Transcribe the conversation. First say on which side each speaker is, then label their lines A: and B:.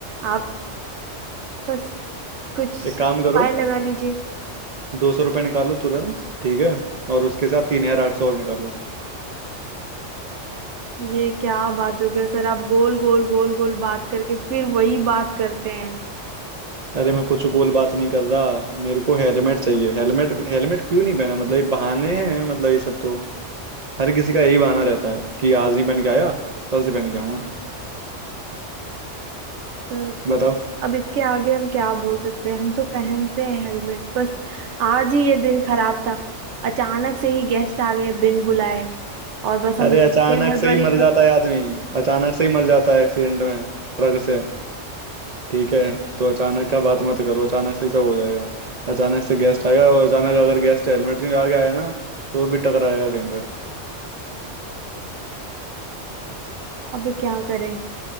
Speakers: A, on the right; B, on the right.
A: आप बस कुछ
B: एक काम
A: उपाय
B: करो
A: लगा लीजिए
B: दो सौ रुपये निकालो तुरंत ठीक है और उसके साथ तीन हजार आठ सौ और निकालो
A: ये क्या बात हो गया सर आप गोल गोल गोल गोल बात करके फिर वही बात करते हैं
B: अरे मैं कुछ गोल बात नहीं कर रहा मेरे को हेलमेट चाहिए हेलमेट हेलमेट क्यों नहीं पहना मतलब ये बहाने हैं मतलब ये सब तो हर किसी का यही बहाना रहता है कि आज नहीं पहन के आया कल से पहन के आऊंगा
A: सर
B: बताओ
A: अब इसके आगे हम क्या बोल सकते हैं हम तो पहनते हैं हेलमेट बस आज ही ये दिन खराब था अचानक से ही गेस्ट आ गए बिन बुलाए और बस हम
B: अरे
A: निकल
B: अचानक
A: गए हड़बड़ी
B: से ही मर
A: में
B: जाता है आदमी अचानक से ही मर जाता है एक्सीडेंट में ट्रक से ठीक है तो अचानक का बात मत करो अचानक से ही सब हो जाएगा अचानक से गेस्ट आएगा और अचानक अगर गेस्ट हेलमेट नहीं लगा के आया ना तो वो भी टकराएगा कहीं पे
A: अब क्या करें